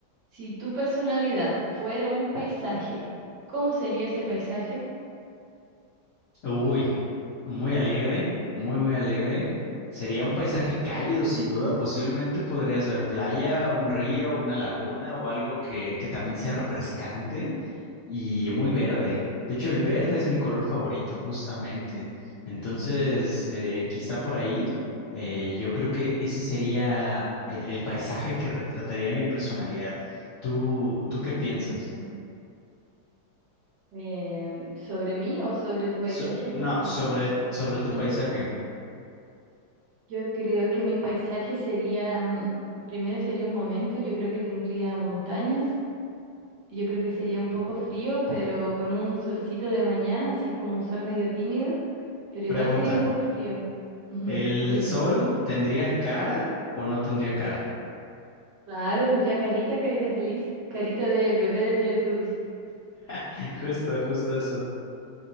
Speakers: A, on the right; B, on the left.
A: Si tu personalidad fuera un paisaje, ¿cómo sería ese paisaje?
B: Uy, muy alegre, muy, muy alegre. Sería un paisaje cálido, sin duda. Posiblemente podrías ver playa, un río, una laguna o algo que, que también sea refrescante y muy verde. De hecho, el verde es mi color favorito, justamente. Entonces, eh, quizá por ahí, eh, yo creo que ese sería el, el paisaje que retrataría mi personalidad. ¿Tú, tú qué piensas?
A: Mm. Eh, ¿sobre mí o sobre tu paisaje?
B: So-
A: Porque
B: no, sobre, sobre
A: <laughs>
B: tu paisaje.
A: yo creo que mi paisaje sería, mm, primero sería un momento, yo creo que tendría montañas, Yo creo que sería un poco frío, pero con un solcito de mañana, así como un sol medio tímido, pero
B: Pregunta.
A: igual sería un poco frío. Ujú,
B: ¿El
A: Dime.
B: sol tendría cara o no tendría cara?
A: Claro, tendría carita, carita feliz, carita de bebé de Teletubbies.
B: <laughs> Justo, justo eso.